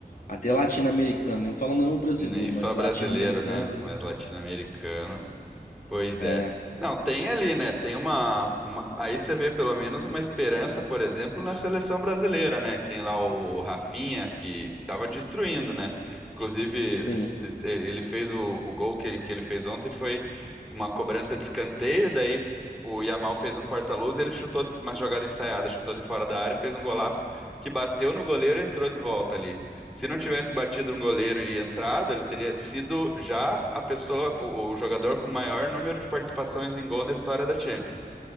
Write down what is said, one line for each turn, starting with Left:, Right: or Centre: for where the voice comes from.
Left: até latino-americano, né? não falando não o brasileiro,
Centre: Nem só
Left: mas latino-americano,
Centre: brasileiro, né?
Left: né?
Centre: Mas latino-americano. Pois
Left: É,
Centre: é. Não, tem ali, né? Tem uma, uma- Aí você vê pelo menos uma esperança, por exemplo, na seleção brasileira, né? Que tem lá o Rafinha, que estava destruindo, né? Inclusive, ele,
Left: sim.
Centre: ele fez o, o gol que, que ele fez ontem, foi uma cobrança de escanteio, daí o Yamal fez um corta-luz e ele chutou de, uma jogada ensaiada, chutou de fora da área, fez um golaço que bateu no goleiro e entrou de volta ali. Se não tivesse batido um goleiro e entrado, ele teria sido já a pessoa, o, o jogador com maior número de participações em gol na história da Champions.